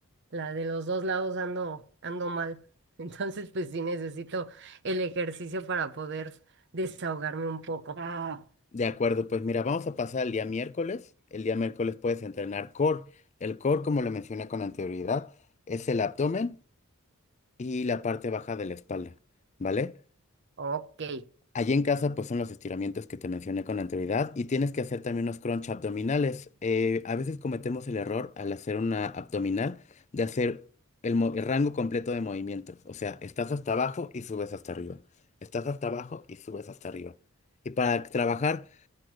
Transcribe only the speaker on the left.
De acuerdo, pues mira, vamos a pasar el día miércoles. El día miércoles puedes entrenar core. El core, como lo mencioné con anterioridad, es el abdomen y la parte baja de la espalda, ¿vale?
Allí en casa, pues son los estiramientos que te mencioné con anterioridad y tienes que hacer también unos crunch abdominales. Eh, a veces cometemos el error al hacer una abdominal de hacer el, mo- el rango completo de movimientos. O sea, estás hasta abajo y subes hasta arriba. Estás hasta abajo y subes hasta arriba. Y para trabajar